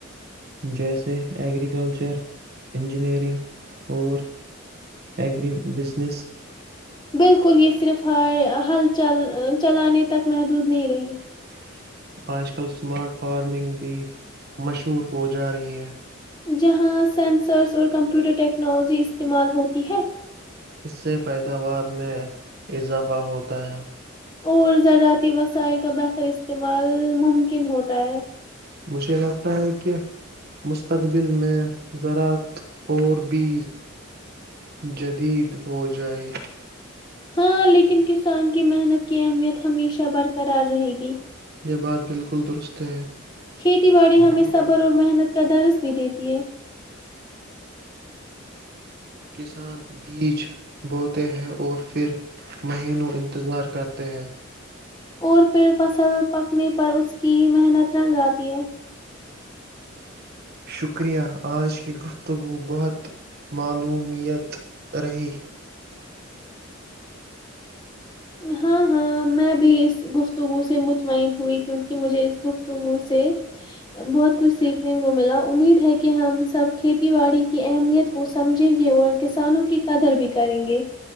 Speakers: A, on the right; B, on the left.
A: جیسے ایگریکلچر انجینئرنگ اور ایری بزنس
B: بالکل یہ صرف ہر ہل چل چلانے تک محدود نہیں رہی
A: آج کل اسمارٹ فارمنگ بھی مشہور ہو جا رہی ہے
B: جہاں سینسرس اور کمپیوٹر ٹیکنالوجی استعمال ہوتی ہے
A: اس سے پیداوار میں اضافہ ہوتا ہے
B: اور زراعتی وسائل کا بہتر استعمال ممکن ہوتا ہے
A: مجھے لگتا ہے کہ مستقبل میں زراعت اور بھی جدید ہو جائے
B: ہاں لیکن کسان کی محنت کی اہمیت ہمیشہ برقرار رہے گی
A: یہ بات بالکل درست ہے
B: کھیتی باڑی
A: کھیتی
B: ہمیں صبر
A: باڑی
B: اور محنت کا درس بھی دیتی د <unintelligible>
A: کسان بیج بوتے ہیں اور پھر مہینوں انتظار کرتے ہیں
B: اور پھر فصل پکنے پر اس کی محنت رنگ آتی ہے
A: شکریہ آج کی گفتگو بہت معلومیت رہی
B: ہاں ہاں میں بھی اس گفتگو سے مطمئن ہوئی کیونکہ مجھے اس گفتگو سے بہت کچھ سیکھنے کو ملا امید ہے کہ ہم سب کھیتی باڑی کی اہمیت کو سمجھیں گے اور کسانوں کی قدر بھی کریں گے